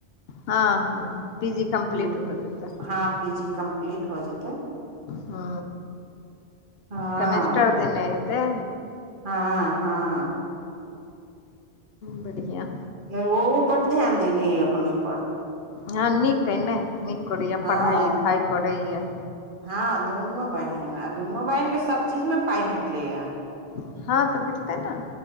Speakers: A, on the left; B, on the right.
A: हँ हँ पी जी कम्प्लीट
B: ह
A: हो जेतै
B: हँ पी जी कम्प्लीट हो जेतै
A: ह
B: हँ
A: सेमेस्टर देने हेतै
B: हँ हँ
A: बढ़िआ
B: ओहो बड् ध्यान देने अपन एहि पर
A: ह नीक अइ ने नीक करैया
B: हँ
A: पढ़ाई लिखाई करैया
B: हँ दुनू बहीन आ दुनू बहीन केँ सभचीजमे पाइ भेटलैए
A: <inaudible> हँ तऽ भेटतै ने